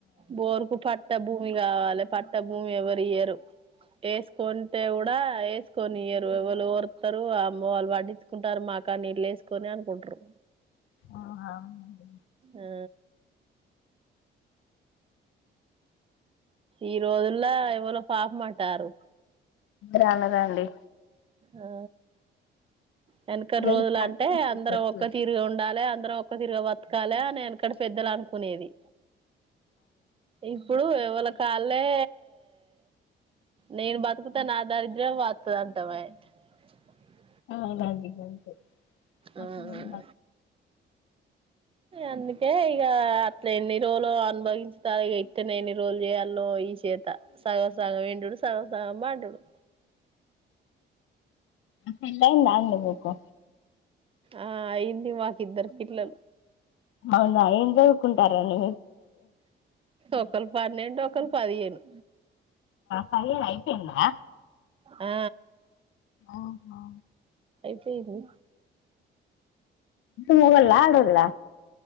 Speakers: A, on the right; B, on the left.
A: బోరుకు పట్ట భూమి కావాలి పట్ట భూమి ఎవరు ఇయ్యరు వేసుకంటే కూడా వేసుకొని ఇయ్యారు ఏవలు ఓరుతారు అమ్మో వాళ్ళు పడ్డించుకుంటారు మాకు కానీ వీళ్ళు ఎసుకొని అనుకుంట్రారు
B: ఆ అవునండి
A: ఆ ఈ రోజుల్లో ఎవరో పాహ్మంటారు
B: రాలరా అండి
A: ఆ వెనక
B: అవును
A: రోజులు అంటే అందరం ఒక్క తీరుగా ఉండాలె అందరం ఒక్క తిరిగ అని ఎనకట పెద్దలు అనుకునేది ఇప్పుడు ఎవళకి కాళ్ళే నేను బతుకుతా నా దరిద్రం వతుద అంటమే చెప్ప
B: ఆ అలాంటి గన్స్ పక్కనోళ్ళు
A: ఆ అందుకే ఇగ అట్లెన్ని రోలు అనుభవించుతారు ఇగ ఇట్టనే ఎన్ని రోలు చెయ్యాలో ఈ షేత సగం సగం ఎండుడు సగం సగం బండుడు
B: పెళ్లైందా అండి మీకు
A: ఆ అయింది మాకిద్దరు పిల్లలు
B: అవునా ఏం జదువుకుంటార్రండి
A: ఒకళ్ పన్నెండు ఒకళ్ పదిహేను
B: చదివుడు అయిపోయిందా
A: ఆ
B: ఆహా
A: పేదుమి
B: మొగొళ్ళ ఆడోళ్ళా